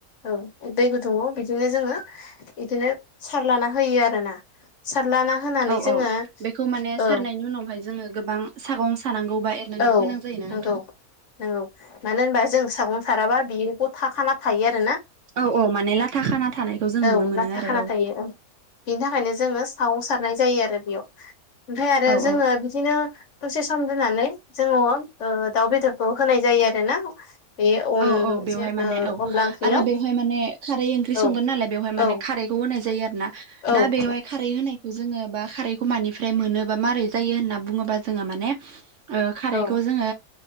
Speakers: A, on the left; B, on the right.
A: औ दै गुदुंङआव बिदिनो जोङो बिदिनो सारलाना होयो आरो ना सारलाना होनानै
B: औ
A: जोङो
B: औ बेखौ माने
A: औ
B: सारनायनि उनावहाय जोङो गोबां सागं सानांगौ बा एरनांगौ
A: औ
B: गोनां जायोना
A: नंगौ
B: नोंथां
A: नंगौ मानो होनबा जों सागं साराबा बेयो गथ' थाखाना थायो आरो ना
B: औ माने लाथा खाना थानायखौ जों
A: औ
B: नुनो मोनो
A: ना थाखाना
B: आरो
A: थायो औ। बिनि थाखायनो जोङो साव सारनाय जायो आरो बेयाव ओमफ्राय आरो
B: औ
A: जोङो बिदिनो दसे सम दोनानै जोङो दाउ बेदरखौ होनाय जायो आरो ना। बे अन
B: औ औ बेवहाय
A: जे
B: माने
A: ओ
B: औ
A: अनला ओंख्रियाव
B: आरो बेवहाय माने खारै ओंख्रि
A: औ
B: संगोन नालाय बेवहाय
A: औ
B: माने खारै खौ होनाय जायो आरोना
A: औ
B: दा बेवहाय खारै होनायखौ जोङो बा खारैखौ मानिफ्राय मोनोब बा माबारै जायो होनना बुङोबा जोङो माने खारैखौ
A: औ
B: जोङो